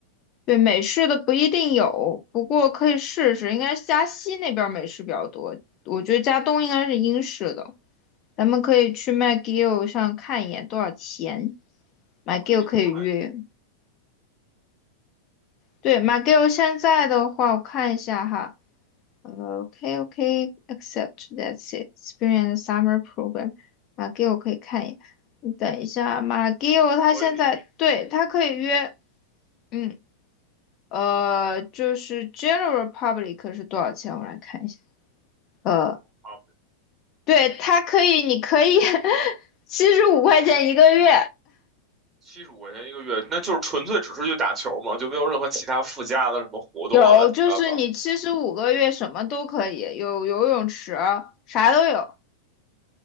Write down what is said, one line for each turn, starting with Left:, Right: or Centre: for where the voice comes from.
Left: 对，美式的不一定有，不过可以试试，应该是加西那边儿美式比较多，我觉得加东应该是英式的，咱们可以去 McGill 上看一眼多少钱，McGill
Right: 我可以看，
Left: 可以约。对，McGill 现在的话，我看一下哈，呃，OK OK accept that's it experience summer program McGill 可以看一眼，你等一下，McGill 他现在对他可以约，
Right: 可以
Left: 嗯，呃，就是 general public 是多少钱？我来看一下。呃，
Right: 啊，
Left: 对，它可以，你可以 <laughs> 七十五 <laughs> 块钱一个月，
Right: 七十五块钱一个月，那就是纯粹只是去打球嘛，就没有任何其他附加的什么活动啊，
Left: 有，
Right: 乱七八糟。
Left: 就是你七十五个月什么都可以，有游泳池，啥都有。